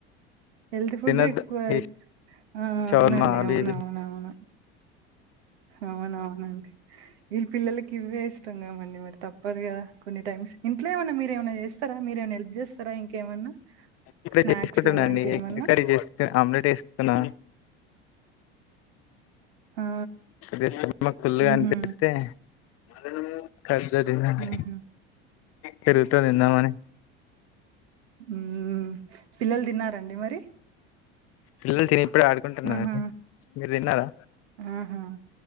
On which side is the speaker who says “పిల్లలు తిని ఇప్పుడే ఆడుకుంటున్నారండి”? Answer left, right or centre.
Left